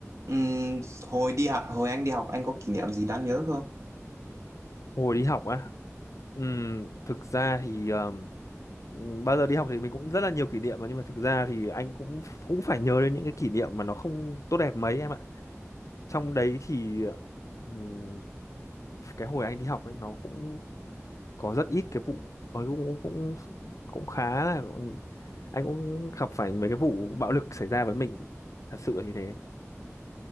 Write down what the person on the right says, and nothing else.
Ừm, hồi đi học hồi anh đi học anh có kỷ niệm gì đáng nhớ không?